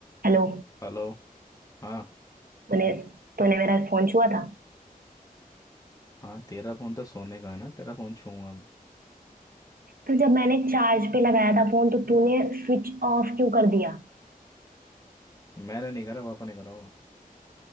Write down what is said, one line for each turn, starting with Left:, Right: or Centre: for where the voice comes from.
Right: Hello
Left: हेलो हाँ
Right: तूने तूने मेरा फोन छुआ था
Left: हाँ तेरा फोन तो सोने का है ना तेरा फोन छूऊंगा मैं
Right: तो जब मैंने चार्ज पे लगाया था फोन तो तूने स्विच ऑफ क्यों कर दिया
Left: मैंने नहीं करा पापा ने करा होगा